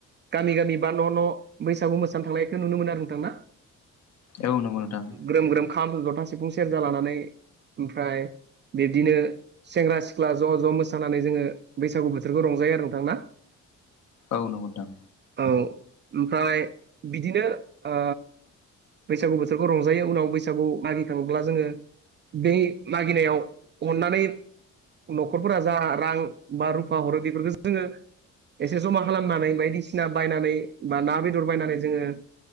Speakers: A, on the right (about 35°); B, on the left (about 60°).
A: गामि गामि बा न' न' बैसागु मोसानो थांनायखौ नुनो मोनो आरो नोंथां ना?
B: औ नंगौ नोंथां।
A: ग्रोम ग्रोम खाम, जथा, सिफुं, सेरजा लानानै ओमफ्राय बिब्दिनो सेंग्रा सि ख्ला ज' ज' मोसानानै जोंङो बैसागु बोथोरखौ रंजायो आरो नोंथां ना?
B: औ नंगौ नोंथां।
A: औ ओमफ्राय बिदिनो ओ बैसागु बोथोरखौ रंजायो उनाव बैसागु मागिखांङोब्ला जोंङो बे मागिनायाव अननानै न'खरफोरा जा रां बा रुफा हरो बेफोरखौ जोंङो एसे जमा खालामनानै बायदिसिना बायनानै बा ना बेदर बायनानै जोंङो